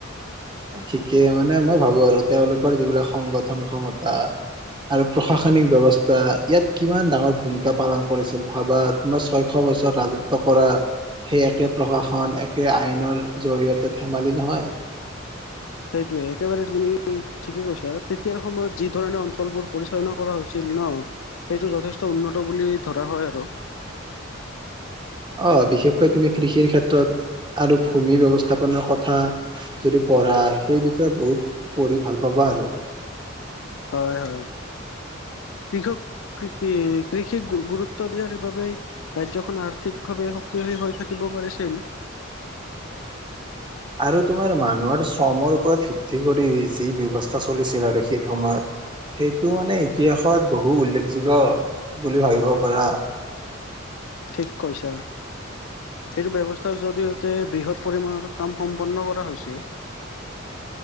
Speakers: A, on the right; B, on the left.
A: ঠিকেই মানে মই ভাবো আৰু তেওঁলোকৰ যিবিলাক সংগঠন ক্ষমতা। আৰু প্ৰশাসনিক ব্যৱস্থা ইয়াত কিমান ডাঙৰ ভূমিকা পালন কৰিছিল ভাৱত। তোমাৰ ছয়শ বছৰ ৰাজত্ব কৰা। সেই একে প্ৰশাসন একে আইনৰ জৰিয়তে ধেমালি নহয়।
B: সেইটোৱে একেবাৰ তুমি। ঠিকে কৈছা তেতিয়াৰ সময়ত যি ধৰণে অঞ্চলবোৰ পৰিচালনা কৰা হৈছিল ন। সেইটো যথেষ্ট উন্নত বুলি ধৰা হয় আৰু
A: অ বিশেষকৈ তুমি কৃষিৰ ক্ষেত্ৰত আৰু ভূমি ব্যৱস্থাপনাৰ কথা যদি পঢ়া সেই বিষয়ে বহুত পঢ়ি ভাল পাবা আৰু।
B: হয় হয় কৃষক। কৃষ কৃষিক গুৰুত্ব দিয়াৰ বাবোবেই। ৰাজ্যখন আৰ্থিকভাৱে শক্তিশালী হৈ থাকিব পাৰিছিল।
A: আৰু তোমাৰ মানুহৰ শ্ৰমৰ ওপৰত ভিত্তি কৰি যি ব্যৱস্থা চলিছিল আৰু সেই সময়ত। সেইটো মানে ইতিহাসত বহু উল্লেখযোগ্য বুলি ভাবিব পাৰা।
B: ঠিক কৈছা। সেইটো ব্যৱস্থাৰ জৰিয়তে বৃহৎ পৰিমাণৰ কাম সম্পন্ন কৰা হৈছে।